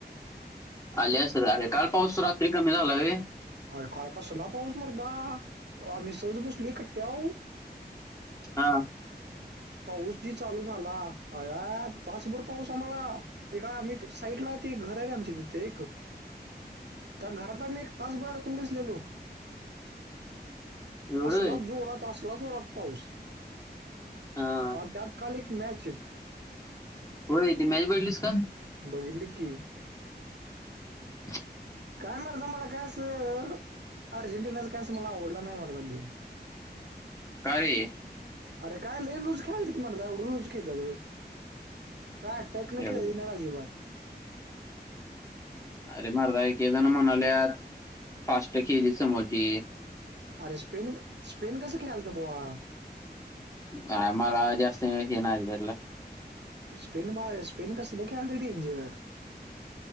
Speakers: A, on the left; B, on the right.
A: आली असंल अरे. काल पाऊस रात्री कमी झाला रे.
B: अरे काल कसला पाऊस मर्दा. आम्ही सहज बसलोय कट्ट्यावर.
A: हा.
B: पाऊस जी चालू झाला. अया तासभर पाऊस आम्हाला. एका आम्ही साईडला ती घर आहे आमच्या तिथे एक.
A: <inaudible>
B: त्या घरात आम्ही एक तासभर अडकून बसलेलो.
A: एवढं
B: असला
A: होय?
B: जोरात. असला जोरात पाऊस.
A: हा.
B: अन त्यात काल एक मॅचए.
A: होय. ती मॅच बघितलीस का?
B: बघितली की.
A: <inaudible>
B: काय मर्दा मला काय असं अर्जेंटिनाच काय अस मला आवडला नाही मर्दा गेम.
A: का रे?
B: अरे काय लई लूज खेळायलेत मर्दा. एवढं लूज खेळतात व्हय? काय? टॅक्टन
A: एवढं.
B: खेळले नाहीत अजिबात.
A: अरे मर्दा एक एक जण म्हणालेयात फास्ट खेळले समोरचे.
B: अरे स्पेन <unintelligible> स्पेन कसं खेळायलत बोवा.
A: नाय मला जास्त हे <unintelligible>
B: स्पेन बाहेर आहे. स्पेन कसंल खेळायलय डेंजर.